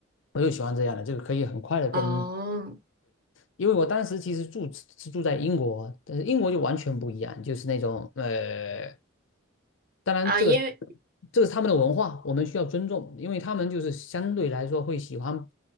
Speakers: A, on the left; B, on the right.
A: 我就喜欢这样的，就可以很快的跟。
B: 哦，
A: 因为我当时其实住是住在英国，但是英国就完全不一样，就是那种呃当然，
B: 啊，
A: 这个
B: 因为
A: 这是他们的文化，我们需要尊重，因为他们就是相对来说会喜欢